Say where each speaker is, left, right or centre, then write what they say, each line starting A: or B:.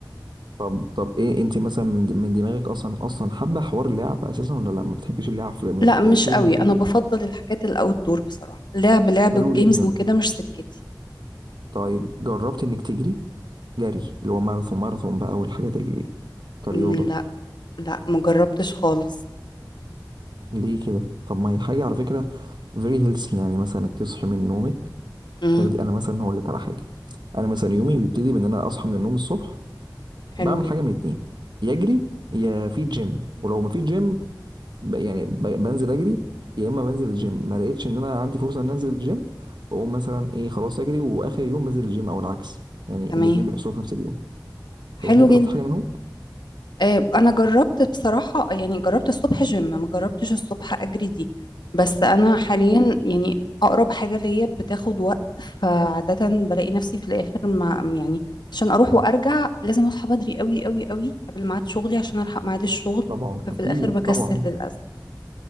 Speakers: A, on the right; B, on the left.
A: طب طب ايه انت مثلا من من دماغك اصلا اصلا حابه حوار اللعب اساسا ولا لا ما بتحبيش اللعب في العموم
B: لا مش
A: يعني سيبك
B: قوي
A: من حته
B: أنا بفضل الحاجات الأوت دور بصراحة لعب لعب
A: حلوه
B: وجيمز
A: جدا
B: وكده مش سكتي
A: طيب جربت انك تجري جري اللي هو ماراثون ماراثون بقى والحاجات ال- كرياضه
B: مم، لا لا مجربتش خالص
A: ليه كده طب ما هي حاجه على فكره فيري هيلثي يعني مثلا انك تصحي من نومك
B: امم
A: تاخدي انا مثلا هقول لك على حاجه انا مثلا يومي بيبتدي من ان انا اصحى من النوم الصبح
B: حلو
A: بعمل
B: جدا
A: حاجه من اتنين يا اجري يا في جيم ولو ما في جيم ب- يعني ب- بنزل اجري يا اما بنزل الجيم ما لقيتش ان انا عندي فرصه ان انزل الجيم بقوم مثلا ايه خلاص اجري واخر يوم بنزل الجيم او العكس يعني
B: تمام
A: الاتنين بيحصلوا في نفس اليوم
B: حلو
A: فانت جربت
B: جدا
A: حاجه منهم
B: آه، انا جربت بصراحه يعني جربت الصبح جيم ما جربتش الصبح اجري دي بس انا حاليا يعني اقرب حاجه ليا بتاخد وقت فعاده بلاقي نفسي في الاخر ما يعني عشان اروح وارجع لازم اصحى بدري قوي قوي قوي قبل ميعاد شغلي عشان الحق ميعاد الشغل
A: طبعا
B: ففي
A: اكيد
B: الاخر بكسل
A: طبعا
B: للاسف